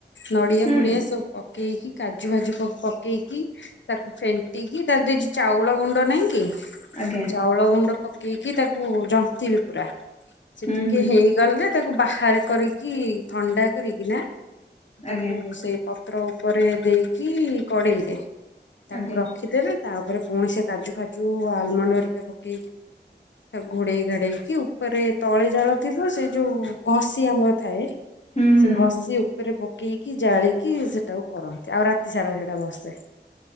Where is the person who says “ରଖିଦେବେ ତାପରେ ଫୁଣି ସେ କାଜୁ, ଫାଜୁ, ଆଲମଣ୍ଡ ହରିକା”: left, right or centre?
Left